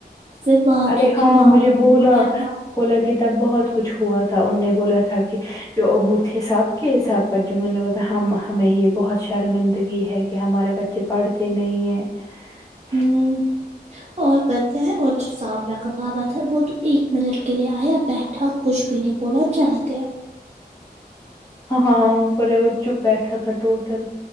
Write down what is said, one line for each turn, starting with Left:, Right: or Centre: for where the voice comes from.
Right: پھر باکیوں
Left: ارے ہاں
Right: کے پاپا
Left: مجھے بولا
Right: کو بولیا گیا
Left: بولا کہ تب بہت کچھ ہوا تھا ان نے بولا تھا کہ جو ابو تھے سب کے بگ نے ب ہم ہمیں یہ بہت شرمندگی ہے کہ ہمارے بچے پڑھتے نہیں ہیں <unintelligible>
Right: ہمم اور پتہ ہیں اور جو ساابرا کا باوا تھا وہ تو ایک منٹ کے لیے آیا بیٹھا اور کچھ بھی نہیں بولا اور چلا گیا
Left: ہاں برے وہ چپ بیٹھا تھا ٹوٹل